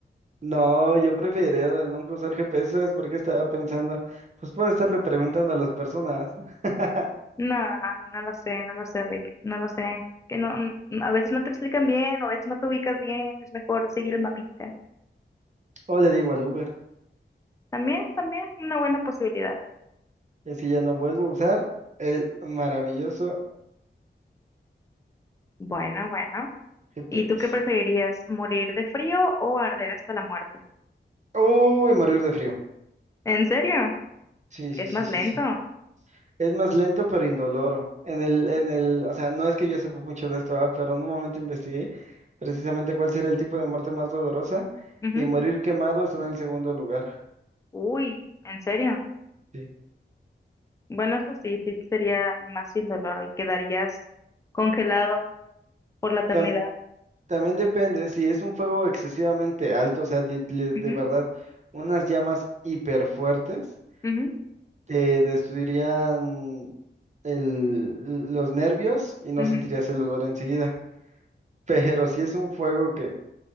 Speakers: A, on the right; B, on the left.
A: No, yo preferiría de nunca usar GPS, ¿sabes por qué estaba pensando? Pues puedo estarle preguntando a las personas. <laughs>
B: No, no lo sé, no lo sé, Rick, no lo sé. Que no, n- a veces no te explican bien, o a veces no te ubicas bien, es mejor seguir el mapita.
A: O le digo al Uber.
B: También, también, una buena posibilidad.
A: Y así ya no vuelvo a usar el maravilloso
B: Bueno, bueno.
A: GPS.
B: ¿Y tú qué preferirías, morir de frío o arder hasta la muerte?
A: Uy, morir de frío.
B: ¿En serio?
A: Sí, sí,
B: Es
A: sí,
B: más
A: sí,
B: lento.
A: sí. Es más lento pero indoloro. En el, en el, o sea, no es que yo sepa mucho de esto, ah, Pero en un momento investigué precisamente cuál sería el tipo de muerte más dolorosa
B: Ujú.
A: y morir quemado está en el segundo lugar.
B: Uy, ¿en serio?
A: Sí.
B: Bueno, eso sí, sí sería más sin dolor y quedarías congelado por la eternidad.
A: Tam- también depende si es un fuego excesivamente alto, o sea, de, de- de
B: Ujú,
A: verdad, unas llamas hiper fuertes.
B: ujú,
A: eh, destruirían el- los nervios y no
B: ujú,
A: sentirías el olor enseguida. Pero si es un fuego que